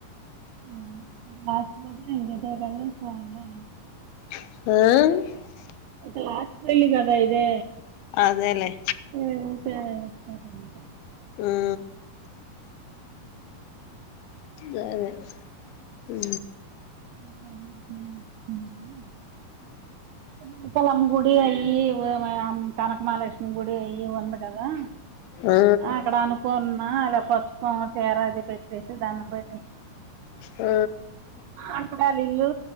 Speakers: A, on the right; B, on the left.
A: ఏమో లాస్ట్ గాదా <unintelligible> వన్నా
B: <unintelligible>
A: అయితే లాస్ట్ పెళ్లి కాదా ఇది
B: ఆ అదేలే
A: ఏ ఉంటానే సరే ఉంటా
B: ఊ సరే ఉ
A: <unintelligible> నూకాలమ్మ గుడి అయి కనకమాలక్ష్మమి గుడి ఇయి ఉంది కాదా
B: ఆ
A: అక్కడ అనుకున్నా అలా పసుపు చీర అది పెట్టేసి దడం పెట్టి
B: ఆ
A: అంటే వాళ్ళ ఇల్లు